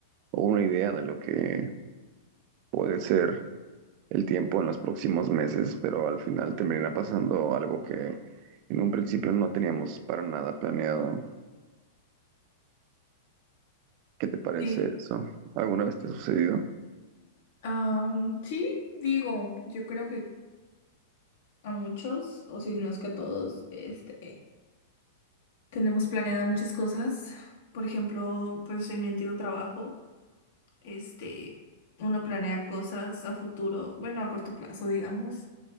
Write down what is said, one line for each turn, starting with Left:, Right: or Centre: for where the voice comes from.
Right: o una idea de lo que puede ser el tiempo en los próximos meses, pero al final termina pasando algo que en un principio no teníamos para nada planeado. ¿Qué te parece
Left: Sí,
Right: eso? ¿Alguna vez te ha sucedido?
Left: am, sí, digo, yo creo que a muchos, o si no es que a todos, este, tenemos planeadas muchas cosas. Por ejemplo, pues en mi antiguo trabajo. Este, uno planea cosas a futuro, bueno, a corto plazo, digamos,